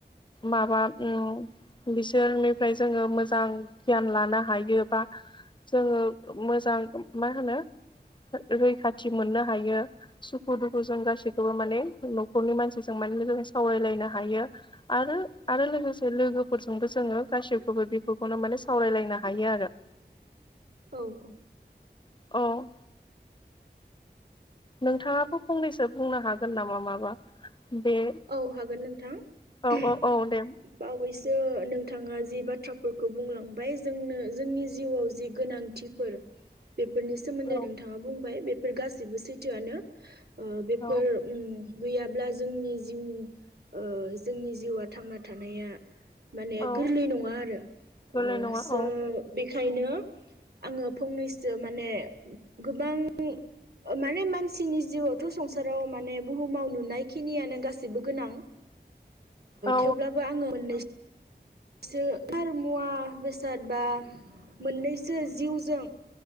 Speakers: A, on the left (about 25°); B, on the right (about 65°).
A: माबा ओ बिसोरनिफ्राय जोंङो मोजां गियान लानो हायो बा जोङो मोजां मा होनो रैखाथि मोननो हायो। सुखु दुखु जों गासैखौबो माने न'खरनि मानसिजों माने मोजां सावरायलायनो हायो आरो आरो लोगोसे लोगोफोरजोंबो जोंङो गासैखौबो बेफोरखौनो माने सावरायलायनो हायो आरो
B: औ औ
A: औ नोंथांङाबो फंनैसो बुंनो हागोन नामा माबा बे
B: औ हागोन नोंथां
A: औ औ औ दे
B: बावैसो नोंथांङा जि बाथ्राफोरखौ बुंलांबाय जोंनो जोंनि जिउआव जि गोनांथिफोर
A: <inaudible>
B: बेफोरनि सोमोनदै
A: औ
B: नोंथांङा बुंबाय बेफोर गाससिबो सैथोआनो ओ बेफोर
A: औ
B: ओम गैयाब्ला जोंनि ओम ओ जोंनि जिउआ थांना थानाया माने
A: औ
B: गोरलै नंङा आरो
A: गोरलै
B: ओ
A: नङा
B: स
A: औ
B: बेखायनो आंङो फंनैसो माने गोबां माने मानसिनि जिउआवथ' संसाराव माने बुहुमाव नुनाय खिनियानो गासै गोनां
A: औ
B: थेवब्लाबो ओ आंङो मोननै सो मुवा बेसाद बा मोननैसो जिउजों